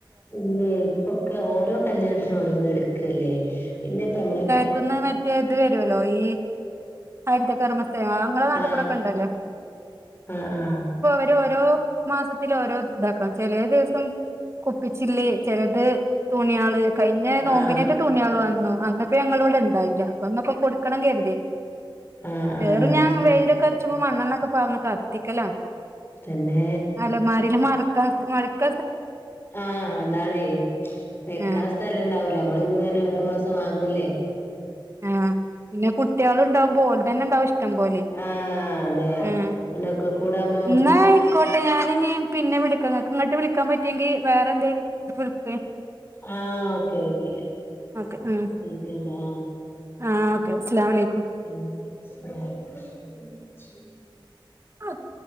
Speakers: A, on the left; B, on the right.
A: ഇല്ലേ ഇപ്പൊക്കെ ഓരോ കല്യാണത്തിനും ഓരോന്ന്ും എടുക്കല്ലേ പിന്നെ ഇപ്പ നമ്മടെ ഇപ്പ
B: ന്ന് മറ്റേ ഇത് വരുല്ലോ ഈ ഹരിതകർമ്മസേവ അെ നാട്ടിൽൂടെ
A: ആ ആ ആ
B: <unintelligible> ഓരോ മാസത്തില ഓരോ ഇതാക്കും ചില ദിവസം കുപ്പിച്ചില്ലേ ജലത് തുണിയള് കഴിഞ്ഞ നോമ്പിനേറ്റ
A: ആ
B: തുണിയികള് വന്നു അന്നിപ്പ ഞങ്ങള ഇവിടെ ഉണ്ടായില്ല അപ്പന്നൊക്കെ കൊടുക്കണം കരുതിീ
A: ആ ആ
B: വഏറ ഞാൻ
A: ശരി
B: വെയിലൊക്കെ അരച്ച്പോ മണ്ണെണ്ണൊക്കെ പോന്ന് കത്തിക്കലാണ്
A: തന്നെ
B: അലമാരിൽ മഴക്ക മഴക്ക
A: ആഹ അതാാണ്േ വെക്കാൻ
B: ആഹ്
A: സ്ഥലംുണ്ടാവൂല നമ്മളിങ്ങനെ ഓരോ മാസം വാങ്ങില്ലേ
B: ആ പിന്നെ കുട്ടികള് ഇണ്ടാവുപോ ഓര് തന്നെ ഇണ്ടാവും ഇഷ്ടം പോലെ
A: ആഹ് അതെ
B: ഉം
A: അങ്ങനൊക്കെ കൂടാകുമ്പോ
B: എന്നാ ആയിക്കോട്ടെ ഞാനിനി പിന്നെ വിളി നിങ്ങക്ക് ഇങ്ങോട്ട് വിളിക്കാൻ പറ്റിയെങ്കിൽ വേറെ എന്തെലും വിളിക്കുവേ
A: ആ ഓക്കെ ഓക്കെ
B: ഓക്കെ ഉം
A: വിളിക്കണ്ടാ
B: ആഹ് ഓക്കെ അസ്സലാമു അലൈക്കും
A: ഉം ആ
B: ആത്